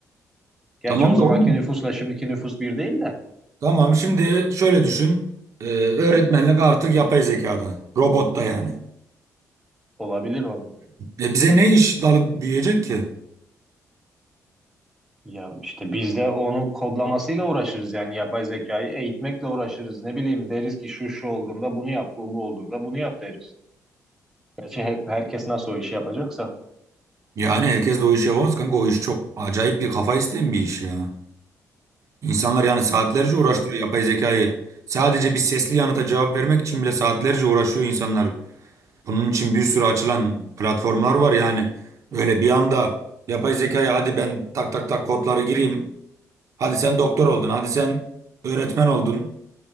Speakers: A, in the centre; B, on the right (about 55°).
A: Gerçi
B: Tamam
A: o zamanki
B: da oğlum.
A: nüfusla şimdiki nüfus bir değil de
B: Tamam şimdi şöyle düşün. Ee, öğretmenlik artık yapay zekada. Robotta yani.
A: olabilir vallahi.
B: E bize ne iş dalı büyüyecek ki?
A: Ya işte biz de onu kodlamasıyla uğraşırız yani yapay zekayı eğitmekle uğraşırız. Ne bileyim deriz ki şu şu olduğunda bunu yap, bu bu olduğunda bunu yap deriz. Gerçi hep herkes nasıl o işi yapacaksa.
B: Yani herkes de o işi yapamaz kanka. O iş çok acayip bir kafa isteyen bir iş ya. İnsanlar yani saatlerce
A: Ya Bana,
B: uğraştırıyor yapay zekayı. Sadece bir sesli yanıta cevap vermek için bile saatlerce uğraşıyor insanlar. Bunun için bir sürü açılan platformlar var yani. Öyle bir anda yapay zekaya hadi ben tak tak tak kodları gireyim. Hadi sen doktor oldun. Hadi sen öğretmen oldun.